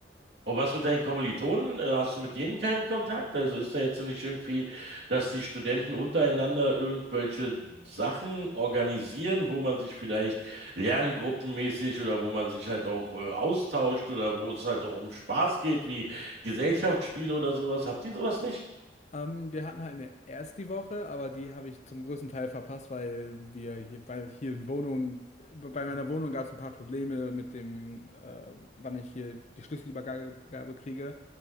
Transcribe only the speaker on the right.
Und was mit deinen Kommilitonen? Äh, Hast du mit denen keinen Kontakt? Also ist da jetzt nicht irgendwie, dass die Studenten untereinander irgendwelche Sachen organisieren, wo man sich vielleicht lerngruppenmäßig oder wo man sich halt auch äh, austauscht oder wo es halt auch um Spaß geht, wie Gesellschaftsspiele oder sowas? Habt ihr sowas nicht?